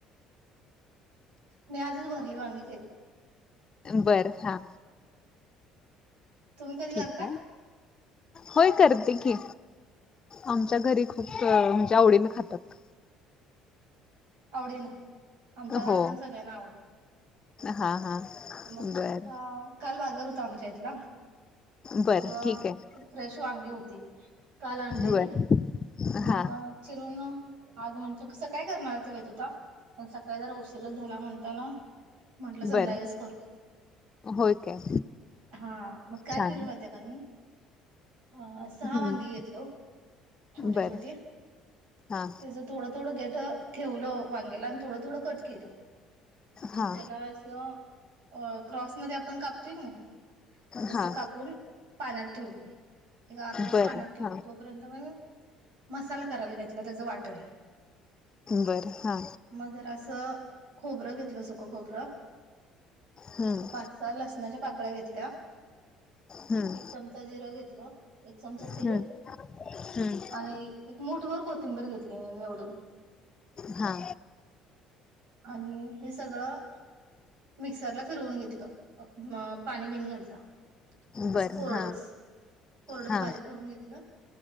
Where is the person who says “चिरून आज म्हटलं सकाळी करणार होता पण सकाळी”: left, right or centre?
Right